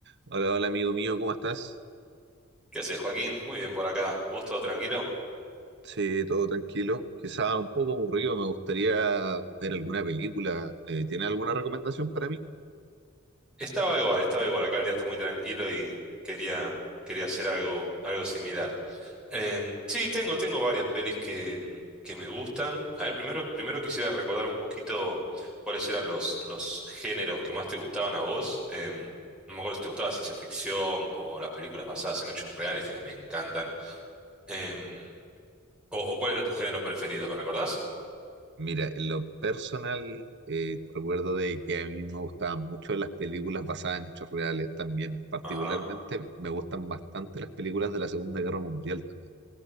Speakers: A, on the right; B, in the centre.
A: Hola, hola amigo mío, ¿cómo estás?
B: ¿Qué haces, Joaquín? Muy bien por acá. ¿Vos todo tranquilo?
A: Sí, todo tranquilo. Quizás un poco aburrido, me gustaría ver alguna película. Eh, ¿tiene alguna recomendación para mí?
B: Estaba igual, estaba igual. Acá el día está muy tranquilo y quería, quería hacer algo, algo similar. Em, sí, tengo, tengo varias pelis que, mm, que me gustan. A ver, primero, primero quisiera recordar un poquito cuáles eran los, los géneros que más te gustaban a vos. Em, no me acuerdo si te gustaba ciencia ficción o las películas basadas en hechos reales que a mí me encantan. Em, o, o cuál era tu género preferido, ¿me recordás?
A: Mira, en lo personal, eh, te recuerdo de que a mí me gustaban mucho las películas basadas en hechos reales también. Particularmente
B: Ah.
A: me gustan bastante las películas de la Segunda Guerra Mundial también.